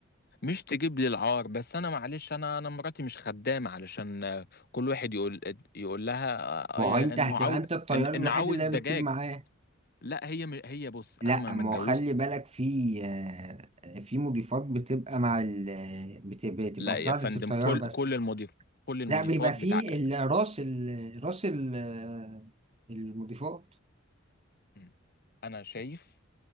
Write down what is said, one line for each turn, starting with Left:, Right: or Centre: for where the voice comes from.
Left: مش تجيب لي العار بس انا معلش انا انا مراتي مش خدامه علشان آه، كل واحد يقول يقول لها آه،
Right: ما
Left: آه،
Right: هو انت
Left: انه
Right: هتبقى
Left: عاوز
Right: انت الطيار
Left: إن...
Right: الوحيد
Left: انه عاوز
Right: اللي هي
Left: دجاج
Right: بتطير معاه
Left: لا هي م- هي بص
Right: لا
Left: انا ما ما
Right: ما
Left: اتجوزتش
Right: هو خلي بالك في آه، في مضيفات بتبقى مع ال... بت- بتبقى
Left: لا
Right: مساعدة
Left: يا فندم
Right: الطيار
Left: كل
Right: بس
Left: كل المضيف كل المضيفات
Right: لا بيبقى في
Left: بتعقل
Right: ال- راس ال... راس ال... المضيفات
Left: مم. انا شايف